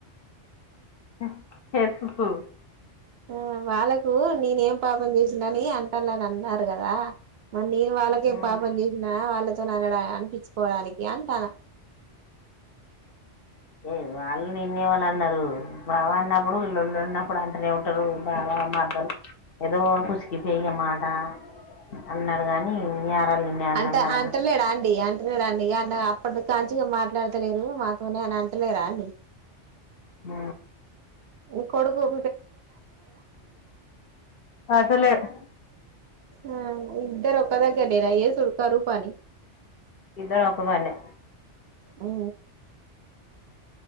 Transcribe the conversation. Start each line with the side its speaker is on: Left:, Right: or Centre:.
Left: హ్మ్ చెప్పు
Right: ఆ వాళ్ళ పు నీనేం పాపం చేసిన అని అంటాళ్ళని అన్నార్ కదా మరి నేను వాళ్ళకేం
Left: ఉమ్.
Right: పాపం చేసిన వాళ్ళక్ తోననయే అనిపించుకోవడానికి అంటాన
Left: హు వాళ్ళు నిన్నే మని అన్నరు బావ అన్నప్పుడు లోల్లన్నప్పుడు అంటనే ఉంటారు బావ మర్ద్దలు ఏదో పుసికిపోయిమాట అన్నరు గాని యారాలు నిన్నే అని
Right: అంట
Left: అన్నదా
Right: అంటలేడా అండి అంటలేడాండి ఇగ అన్ అప్పటి కాంచిగా మాట్లాడుతలేరు మాతోనే అని అంటలే రా అండి
Left: ఆ
Right: మీ కొడుకుకు
Left: పడ్తలేద్
Right: ఆ ఇద్దరోకదగ్ గ్గర్నీనా ఏసుడు కరువు పని
Left: ఇద్దరు ఒకగానే
Right: హు